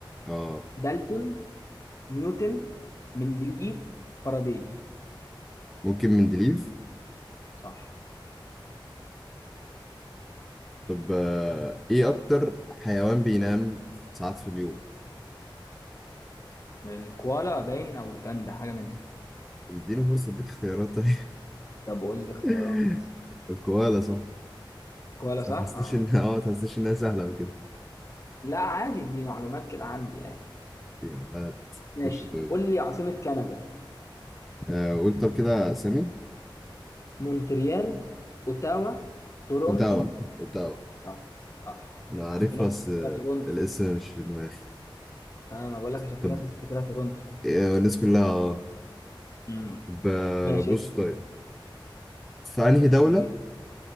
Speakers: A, in the centre; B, on the left (about 35°).
A: اه
B: دالتون نيوتن مندليف فاراداي
A: ممكن مندليف
B: صح
A: طب آه، ايه اكتر حيوان بينام ساعات في اليوم
B: الكوالا باين او الباندا حاجة منهم
A: اديني فرصة اديك خيارات طيب
B: طب قول لي اختيارات
A: <laughs> الكوالا صح
B: كوالا
A: بس
B: صح؟
A: ما تحسنيش
B: اه
A: ان اه ما تحسنيش انها سهلة أوي كده
B: لا عادي دي معلومات كده عندي يعني
A: يا وقت
B: ماشي
A: خش طيب
B: قول لي عاصمة كندا
A: آه قول طب كده سامي
B: مونتريال اوتاوا تورونتو
A: اوتاوا اوتاوا
B: صح صح
A: انا عارفها
B: في ناس
A: بس
B: بتفتكرها
A: آه،
B: تورونتو
A: الاسم مش في دماغي
B: اه انا بقول لك عشان
A: طب
B: في ناس بتفتكرها تورونتو
A: آه، الناس كلها آه.
B: امم
A: طب آه،
B: ماشي
A: بص
B: إيه تاني؟
A: طيب في انهي دولة
B: قول لي